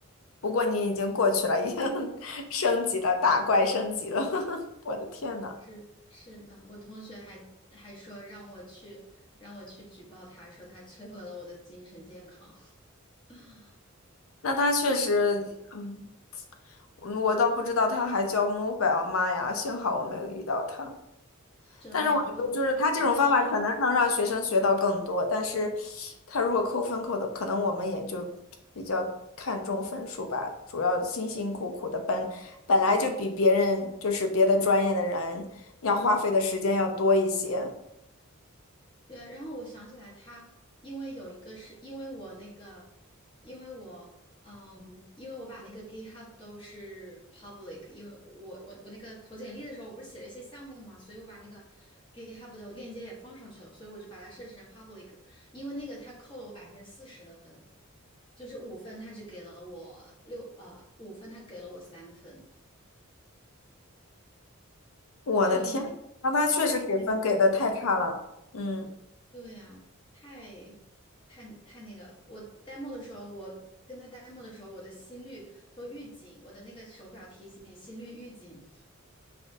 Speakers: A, on the left; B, on the left.
A: 不过你已经过去了，已经 <laughs> 升级了，打怪升级了。<laughs> 我的天呐，
B: 是是的，我同学还还说让我去让我去举报他，说他摧毁了我的精神健康。<laughs>
A: 那他确实，嗯，我我倒不知道他还教 mobile，妈呀，幸好我没有遇到他。
B: 真的，
A: 但是我觉得，
B: 我我
A: 就是他这种方法可能能让学生学到更多，
B: d 帽 m o 的
A: 但是他如果扣分扣的，可能我们也就比较看重分数吧。主要辛辛苦苦的本本来就比别人就是别的专业的人要花费的时间要多一些。
B: 对，然后我想起来他，因为有一个是因为我那个，因为我嗯，因为我把那个 GitHub 都是 public，因为我我我那个投简历的时候，我不是写了一些项目嘛，所以我把那个 GitHub 的链接也放上去了，所以我就把它设置成 public，因为那个他扣了我百分之四十的分，就是五分，他只给了我六呃五分，他给了我三分，
A: 我的天，
B: 就因为
A: 那他确实给分给的太差了。
B: 就因为那个
A: 嗯，
B: 对呀，太太太那个！我 demo 的时候，我跟他 demo 的时候，我的心率都预警，我的那个手表提醒心率预警。